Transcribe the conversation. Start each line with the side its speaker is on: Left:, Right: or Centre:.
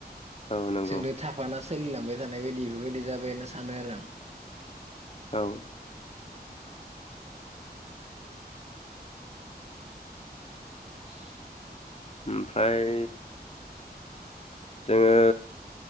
Left: औ नंगौ
Right: जोंनो थाफाना सोलिलांबाय थानाय बायदि बेफोरबायदि जाबाय होनना सानो आरो आं‌।
Left: औ
Right: <inaudible>
Left: ओमफ्राय जोङो